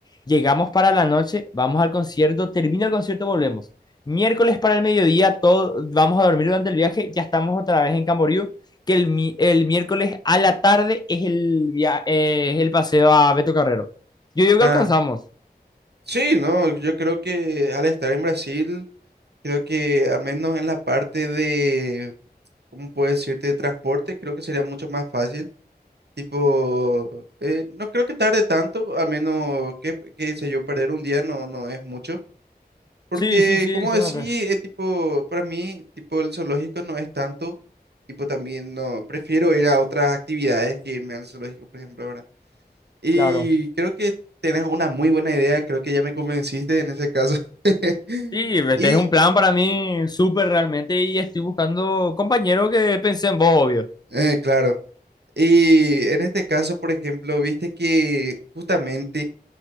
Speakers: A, on the left (about 25°); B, on the right (about 85°).
A: llegamos para la noche, vamos al concierto, termina el concierto, volvemos. Miércoles para el mediodía, todo, vamos a dormir durante el viaje, ya estamos otra vez en Camboriú, que el, mi- el miércoles a la tarde es el, via- eh, es el paseo a Beto Carrero. Yo digo
B: Ah,
A: que alcanzamos.
B: sí, no, yo creo que al estar en Brasil, creo que al menos en la parte de, ¿cómo puedo decirte?, de transporte, creo que sería mucho más fácil. Tipo, eh, no creo que tarde tanto, al menos, que qué sé yo, perder un día no, no es mucho. Porque,
A: Sí, sí, sí,
B: como
A: excelente.
B: decía, eh, tipo, para mí, tipo, el zoológico no es tanto. Tipo, también no, prefiero ir a otras actividades que irme al zoológico, por ejemplo, ¿verdad? Y
A: Claro.
B: creo que tenés una muy buena idea, creo que ya me convenciste en ese caso. <laughs>
A: Sí, este
B: Y
A: es un plan para mí súper realmente y estoy buscando compañero que pensé en vos, obvio.
B: eh, claro, y en este caso, por ejemplo, viste que justamente,